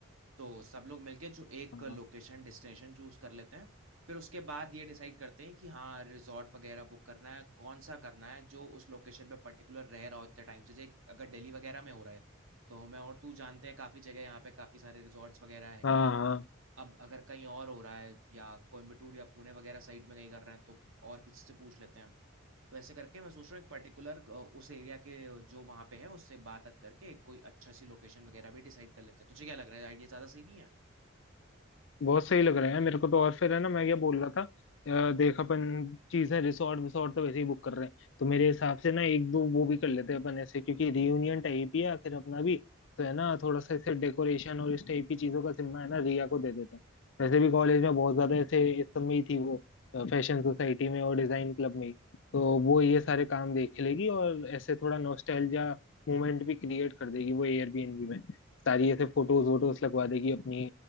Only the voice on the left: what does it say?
हाँ
हाँ हाँ
बहुत सही लग रहे हैं मेरे को तो और फिर है ना मैं ये बोल रहा था अ, देख अपन चीजें रिसोर्ट विसोर्ट तो वैसे ही बुक कर रहे हैं तो मेरे हिसाब से ना एक दो वो भी कर लेते हैं अपन ऐसे क्योंकि रियूनियन टाइप ही है आखिर अपना भी तो है ना थोड़ा सा ऐसे डेकोरेशन और इस टाइप की चीजों का जिम्मा है ना रिया को दे देते हैं वैसे भी कॉलेज में बहुत ज्यादा ऐसे इस सब में ही थी वो फैशन सोसाइटी में और डिजाइन क्लब में ही। तो वो ये सारे काम देख लेगी और ऐसे थोड़ा नॉस्टैल्जिया मोमेंट भी क्रिएट कर देगी वो एयरबीएनबी में सारी ऐसे फोटोज वोटोज लगवा देगी अपनी